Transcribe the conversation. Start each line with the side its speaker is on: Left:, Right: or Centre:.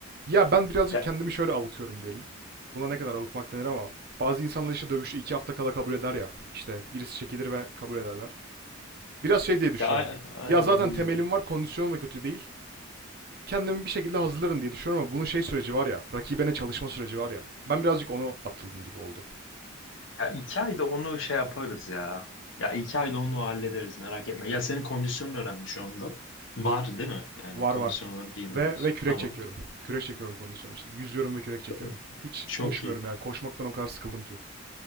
Right: Ya ben birazcık
Left: Ya,
Right: kendimi şöyle avutuyorum diyelim. Buna ne kadar avutmak denir ama bazı insanlar işte dövüşü iki hafta kala kabul eder ya. İşte birisi çekilir ve kabul ederler. Biraz şey diye düşünüyorum.
Left: ya a- aynen
Right: Ya zaten
Left: onun
Right: temelim
Left: gibi.
Right: var, kondisyonum da kötü değil. Kendimi bir şekilde hazırlarım diye düşünüyorum ama bunun şey süreci var ya, rakibine çalışma süreci var ya. Ben birazcık onu atladım gibi oldu.
Left: Ya iki ayda onu şey yaparız ya. Ya iki ayda onu hallederiz merak etme. Ya senin kondisyonun önemli şu anda. Var değil mi? Yani
Right: Var
Left: kondisyon
Right: var.
Left: olarak iyi
Right: Ve
Left: durumdasın.
Right: ve kürek
Left: Tamam.
Right: çekiyorum. Kürek çekiyorum kondisyon için. Yüzüyorum ve kürek çekiyorum.
Left: Tamam.
Right: Hiç
Left: Çok
Right: koşmuyorum
Left: iyi.
Right: yani. Koşmaktan o kadar sıkıldım ki.